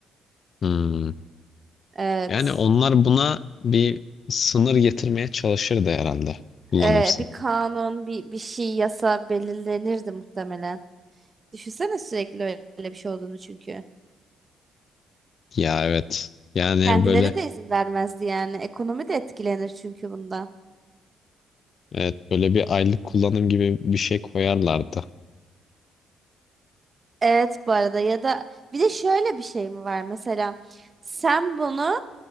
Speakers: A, on the left (about 50°); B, on the right (about 30°).
A: Hmm.
B: Evet.
A: Yani onlar buna bir sınır getirmeye çalışırdı herhalde. Kullanım
B: Ee,
A: sınırı.
B: bir kanun, bir bir şey, yasa belirlenirdi muhtemelen. Düşünsene sürekli öyle bir şey olduğunu çünkü.
A: Ya evet. Yani
B: Kendileri
A: böyle
B: de izin vermezdi yani. Ekonomi de etkilenir çünkü bundan.
A: evet böyle bir aylık kullanım gibi bir şey koyarlardı.
B: Evet bu arada ya da bir de şöyle bir şey mi var mesela sen bunu